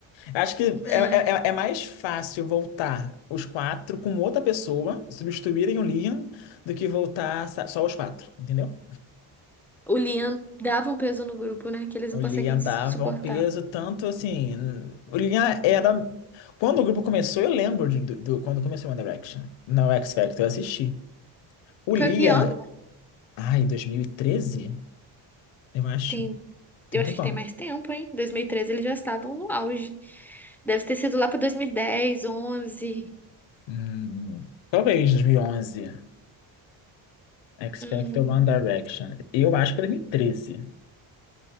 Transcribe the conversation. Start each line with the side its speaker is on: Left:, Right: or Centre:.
Left: Acho que
Centre: né?
Left: é, é, é é mais fácil voltar os quatro com outra pessoa, substituírem o Liam, do que voltar sa- só os quatro, entendeu?
Centre: O Liam dava um peso no grupo, né? Que eles
Left: O
Centre: não
Left: Liam
Centre: conseguem suportar.
Left: dava um peso tanto assim. O Liam era. Quando o grupo começou, eu lembro de- do, do- quando começou o One Direction. Não, X Factor, eu assisti. O Liam.
Centre: Foi que ano?
Left: Ai, 2013? Eu acho.
Centre: Tem,
Left: Tem
Centre: eu acho
Left: um tempão.
Centre: que tem mais tempo, hein? 2013 eles já estavam no auge. Deve ter sido lá para dois mil e dez, onze.
Left: Hum, talvez 2011. X
Centre: Hum,
Left: Factor One Direction. Eu acho que 2013.